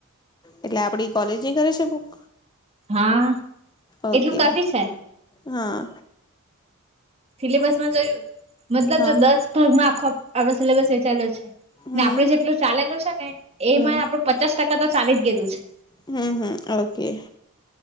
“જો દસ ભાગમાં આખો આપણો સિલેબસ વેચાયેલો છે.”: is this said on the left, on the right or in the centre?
Right